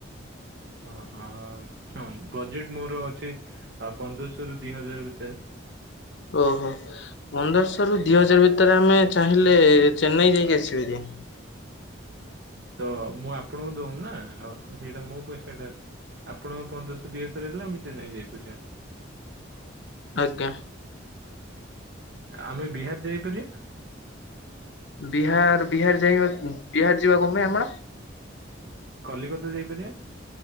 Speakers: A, on the right; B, on the left.
A: ହଁ ହଁ ବଜେଟ ମୋର ଅଛି ପନ୍ଦରଶହ ରୁ ଦି ହଜାର ଭିତରେ।
B: ଓହୋ ପନ୍ଦରଶହ ରୁ ଦିଇ ହଜାର ଭିତରେ ଆମେ ଚାହିଁଲେ ଚେନ୍ନାଇ ଯାଇକି ଆସିବେ ହେରି।
A: ତ ମୁଁ ଆପଣଙ୍କୁ ଦଉନି ନା ଆଉ ସେଇଟା ମୋ ପଇସାଟା। ଆପଣଙ୍କ ପନ୍ଦରଶହ ଦି ହଥର ହେଲା ଆମେ ଚେନ୍ନାଇ ଯାଇପାରିବା।
B: ଆଜ୍ଞା।
A: ଆମେ ବିହାର ଯାଇପାରିବା।
B: ବିହାର ବିହାର ଯାଇବା ବିହାର ଯିବା କଣ ପାଇଁ ଆମର।
A: କଲିକତା ଯାଇପାରିବା।